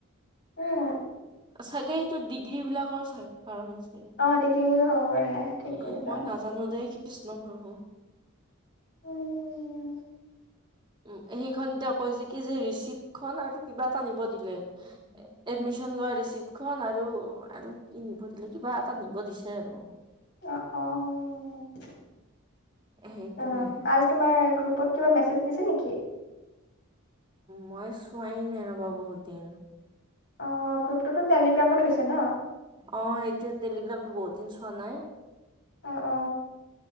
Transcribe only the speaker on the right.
চাগে এইটো ডিগ্ৰী বিলাকৰ চাগ কাৰনে ছাগে,
এ
মই নাজানো দেই কৃষ্ণ প্ৰভু।
উম্, সেইখন তেওঁ কৈছে কি যে ৰিচিপ আৰু কিবা এটা নিব দিলে, এডমিছ ছন লোৱা ৰিচিপ্ট খন আৰু কি নিব দিলে কিবা এটা নিব দিছে আৰু।
সেইটোৱে
মই চোৱাই নাই ৰ'বা বহুত দিন।
অ সেইটোৱে টেলিগ্ৰামটো বহুত দিন চোৱা নাই।